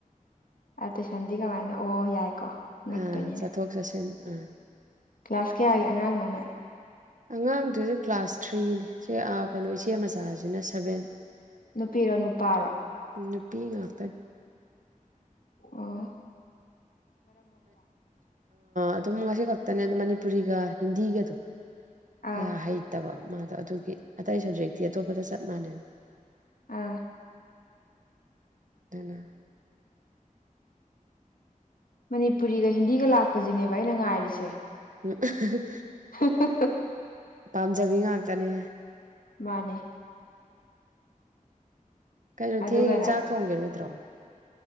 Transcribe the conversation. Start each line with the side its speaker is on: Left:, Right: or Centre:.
Left: ꯇꯨꯏꯁꯟꯗꯤ ꯀꯃꯥꯏꯅ ꯑꯣ ꯌꯥꯏꯀꯣ ꯅꯛꯇꯣꯏꯅꯤꯅꯦ
Right: ꯑ ꯆꯠꯊꯣꯛ ꯆꯠꯁꯤꯟ ꯑ
Left: ꯀ꯭ꯂꯥꯁ ꯀꯌꯥꯒꯤ ꯑꯉꯥꯡꯅꯣꯅꯦ
Right: ꯑꯉꯥꯡꯗꯨꯅ ꯀ꯭ꯂꯥꯁ ꯊ꯭ꯔꯤꯅꯦ ꯁꯤ ꯀꯩꯅꯣ ꯏꯆꯦ ꯃꯆꯥꯁꯤꯅ ꯁꯚꯦꯟ
Left: ꯅꯨꯄꯤꯔꯣ ꯅꯨꯄꯥꯔꯣ
Right: ꯅꯨꯄꯤ ꯉꯥꯛꯇ
Left: ꯑꯣꯍ꯫
Right: ꯑꯗꯨꯝ ꯉꯁꯤ ꯈꯛꯇꯅꯦꯝ ꯃꯅꯤꯄꯨꯔꯤꯒ ꯍꯤꯟꯗꯤꯒꯗꯣ
Left: ꯑꯥ
Right: ꯀꯌꯥ ꯍꯩꯇꯕ ꯃꯥꯗꯣ ꯑꯗꯨꯒꯤ ꯑꯇꯩ ꯁꯕꯖꯦꯛꯇꯤ ꯑꯇꯣꯞꯄꯗ ꯆꯞ ꯃꯥꯟꯅꯦ
Left: ꯑꯥ
Right: ꯗꯨꯅ
Left: ꯃꯅꯤꯄꯨꯔꯤꯒ ꯍꯤꯟꯗꯤꯒ ꯂꯥꯛꯄꯁꯤꯅꯦꯕ ꯑꯩꯅ ꯉꯥꯏꯔꯤꯁꯦ
Right: ꯎꯝ
Left: ꯍ ꯍ ꯍ
Right: ꯄꯥꯝꯖꯕꯤ ꯉꯥꯛꯇꯅꯦ
Left: ꯃꯥꯅꯦ
Right: ꯀꯩꯅꯣ
Left: ꯑꯗꯨꯒꯅꯦ
Right: ꯊꯦꯡꯉꯦ ꯆꯥꯛ ꯊꯣꯡꯒꯤꯔꯣꯏꯗ꯭ꯔꯣ